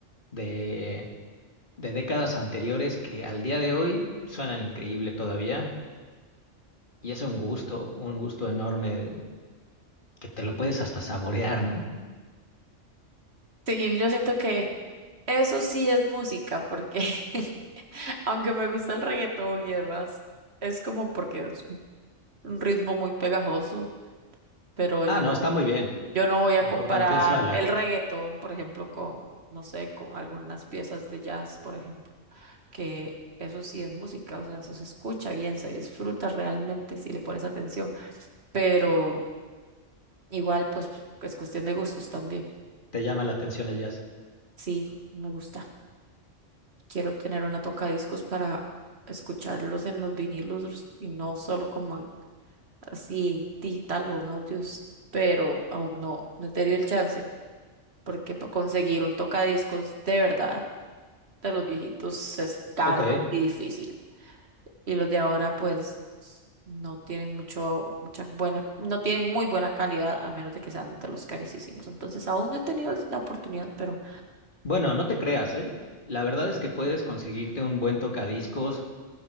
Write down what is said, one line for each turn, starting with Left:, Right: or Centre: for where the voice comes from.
Left: de, de décadas anteriores que al día de hoy suenan increíble todavía, y es un gusto, un gusto enorme que te lo puedes hasta saborear, ¿no?
Right: Sí, yo siento que eso sí es música, porque <laughs> aunque me gusta el reggaetón y demás, es como porque es un ritmo muy pegajoso, pero
Left: Ah,
Right: yo
Left: no,
Right: no,
Left: está muy bien.
Right: yo no voy
Left: Lo
Right: a comparar
Left: importante es bailar.
Right: el reggaetón, por ejemplo, con, no sé, con algunas piezas de jazz, por ejemplo, que eso sí es música, o sea, eso se escucha bien, se disfruta realmente si le pones atención, pero igual, pues, es cuestión de gustos también.
Left: Te llama la atención el jazz.
Right: Sí, me gusta. Quiero tener una tocadiscos para escucharlos en los vinilos y no solo como en- así digital o en audios, pero aún no, no he tenido el chance, porque pa- conseguir un tocadiscos de verdad de los viejitos es caro
Left: Ok.
Right: y difícil. Y los de ahora pues no tienen mucho, mucha buena, no tienen muy buena calidad a menos de que sean de los carísimos. Entonces aún no he tenido la oportunidad, pero
Left: Bueno, no te creas, ¿eh? La verdad es que puedes conseguirte un buen tocadiscos